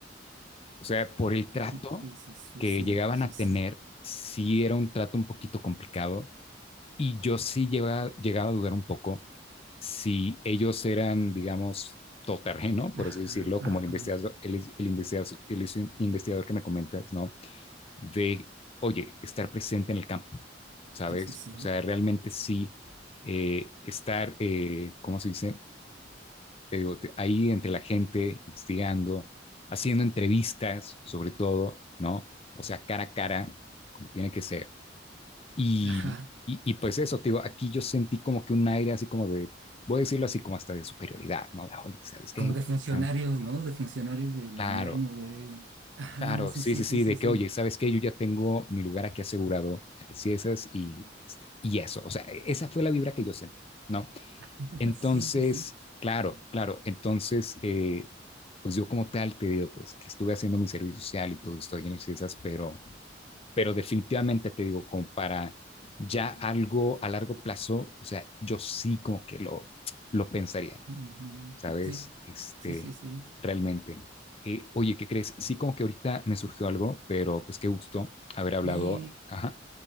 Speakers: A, on the left (about 30°); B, on the right (about 75°).
A: o sea, por el trato
B: Sí, sí, sí, sí,
A: que
B: sí,
A: llegaban a tener,
B: sí. sí.
A: sí era un trato un poquito complicado y yo sí llegaba, llegaba a dudar un poco si ellos eran, digamos, todoterreno, por
B: Ajá,
A: así decirlo,
B: ajá.
A: como el investigador, el, el investigador, el investigador que me comentas, ¿no? De, oye, estar presente en el campo, ¿sabes?
B: Sí, sí, sí.
A: O sea, realmente sí eh, estar, eh, ¿cómo se dice? te digo, te- ahí entre la gente, investigando, haciendo entrevistas, sobre todo, ¿no? O sea, cara a cara, como tiene que ser. Y,
B: Ajá.
A: y, y pues eso, te digo, aquí yo sentí como que un aire así como de, voy a decirlo así como hasta de superioridad, ¿no? De, oye, ¿sabes qué?
B: como de funcionarios,
A: Ah,
B: ¿no? De funcionarios del gobierno,
A: Claro,
B: güey. Ajá,
A: claro,
B: sí,
A: sí,
B: sí,
A: sí,
B: sí,
A: sí,
B: sí,
A: de
B: sí.
A: que, oye, ¿sabes qué? Yo ya tengo mi lugar aquí asegurado en el CIESAS y, este, y eso, o sea, esa fue la vibra que yo sentí, ¿no?
B: <laughs>
A: Entonces,
B: Sí, sí, sí.
A: claro, claro, entonces, eh, pues yo como tal te digo, pues que estuve haciendo mi servicio social y todo estoy en las ciencias, pero, pero definitivamente te digo, como para ya algo a largo plazo, o sea, yo sí como que lo, lo pensaría,
B: Ujú.
A: ¿sabes?
B: Sí,
A: Este,
B: sí, sí, sí.
A: realmente. Eh, oye, ¿qué crees? Sí, como que ahorita me surgió algo, pero pues qué gusto haber hablado.
B: Y
A: Ajá,